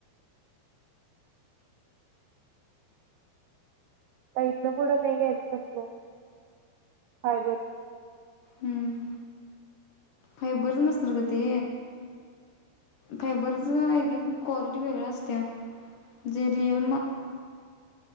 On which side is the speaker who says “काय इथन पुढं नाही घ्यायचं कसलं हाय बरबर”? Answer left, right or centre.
Right